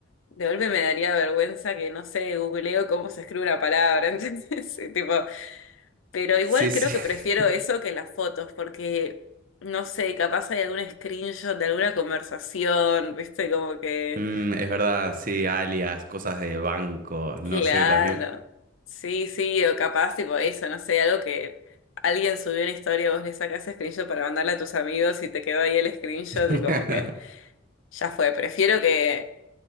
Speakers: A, on the left (about 85°); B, on the right (about 45°).
A: de golpe me daría vergüenza que, no sé, googleo cómo se escribe una palabra, <laughs> ¿entendés? Sí, tipo, pero igual
B: sí, sí.
A: creo que prefiero
B: <laughs>
A: eso que las fotos, porque, no sé, capaz hay algún screenshot de alguna conversación, ¿viste? Como que...
B: Mm, es verdad, sí, alias, cosas de banco, no
A: Claro.
B: sé también.
A: Sí, sí, o capaz, tipo eso, no sé, algo que alguien subió una historia, vos le sacás screenshot para mandarla a tus amigos y te quedó ahí el screenshot
B: <laughs>
A: y como que ya fue. Prefiero que,